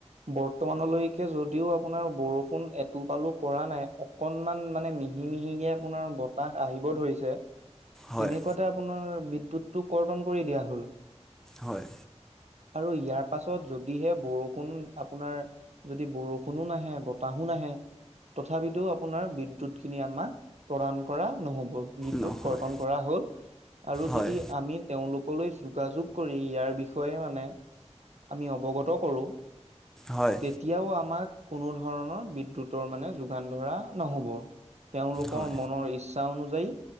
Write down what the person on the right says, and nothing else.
বৰ্তমানলৈকে যদিও আপোনাৰ বৰষুণ এটোপালো পৰা নাই অকনমান মানে মিহি-মিহিকে আপোনাৰ বতাহ আহিব ধৰিছে,
তেনেকুৱাত তে আপোনাৰ বিদ্যুতটো কৰ্তন কৰি দিয়া হল।
আৰু ইয়াৰ পাছত যদিহে বৰষুণ আপোনাৰ যদি বৰষুণো নাহে বতাহো নাহে তথাপিতো আপোনাৰ বিদ্যুতখিনি আমাক প্ৰদান কৰা নহব। বিদ্যুত
কৰ্তন কৰা হ'ল, আৰু
যদি আমি তেওঁলোক কলৈ যোগাযোগ কৰি ইয়াৰ বিষয়ে মানে আমি অৱগত কৰো
এতিয়াও আমাক কোনো ধৰণৰ বিদ্যুতৰ মানে যোগান ধৰা নহ'ব। তেওঁলোকৰ
মনৰ ইচ্ছা অনুযায়ী